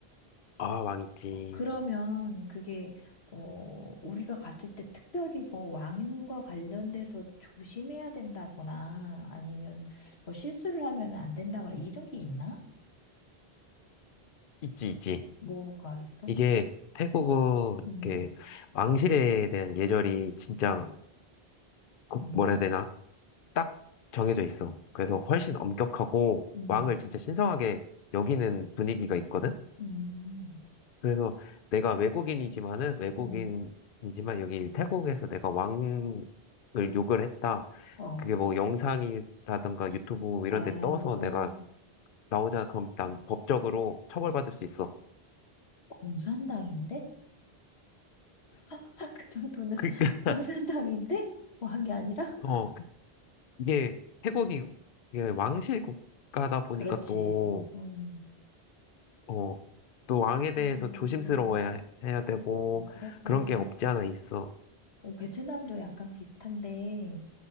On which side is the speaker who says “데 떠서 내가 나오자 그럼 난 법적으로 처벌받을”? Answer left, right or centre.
Left